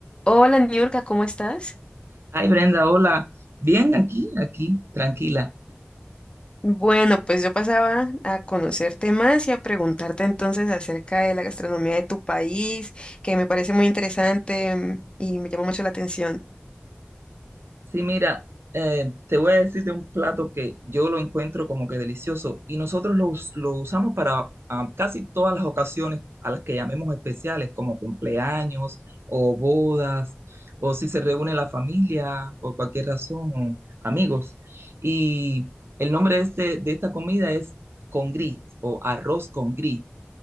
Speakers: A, on the left; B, on the right.
A: Hola, Niurka, ¿cómo estás?
B: Ay, Brenda, hola. Bien, aquí, aquí, tranquila.
A: Bueno, pues yo pasaba a conocerte más y a preguntarte entonces acerca de la gastronomía de tu país, que me parece muy interesante mm, y me llama mucho la atención.
B: Sí, mira, eh, te voy a decir de un plato que yo lo encuentro como que delicioso y nosotros lo, us- lo usamos para ah, casi todas las ocasiones a las que llamemos especiales, como cumpleaños o bodas, o si se reúne la familia por cualquier razón, o amigos. Y el nombre de, este- de esta comida es con gris o arroz con gris.